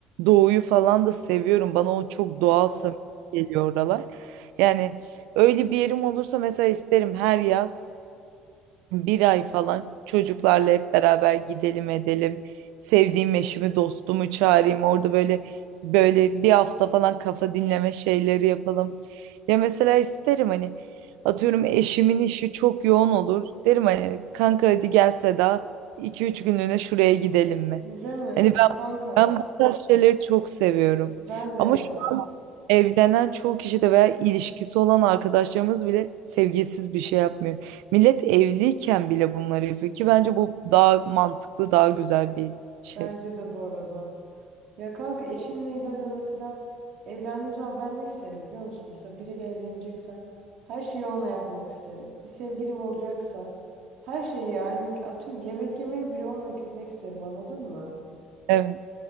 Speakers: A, on the right; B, on the right.
A: doğuyu falan da seviyorum. Bana o çok
B: Evet.
A: doğal samimi geliyor oralar. Yani öyle bir yerim olursa mesela isterim her yaz. bir ay falan çocuklarla hep beraber gidelim edelim. Sevdiğim eşimi, dostumu çağırayım. Orada böyle böyle bir hafta falan kafa dinleme şeyleri yapalım. Ya mesela isterim hani atıyorum eşimin işi çok yoğun olur. Derim hani kanka hadi gel Seda 2-3 günlüğüne şuraya gidelim mi?
B: Değil mi?
A: Hani ben
B: Kanka
A: ben bu tarz şeyleri çok seviyorum.
B: ben de
A: Ama
B: ya.
A: şu Evlenen çoğu kişi de veya ilişkisi olan arkadaşlarımız bile sevgisiz bir şey yapmıyor. Millet evliyken bile bunları yapıyor ki bence bu daha mantıklı, daha güzel bir şey.
B: Bence de bu arada. Ya kanka eşinle ileride mesela evlendiğim zaman ben ne isterim biliyor musun? Mesela biriyle evleneceksem her şeyi onunla yapmak isterim. Bir sevgilim olacaksa her şeyi yani atıyorum yemek yemeye bile onunla gitmek isterim anladın mı?
A: Evet.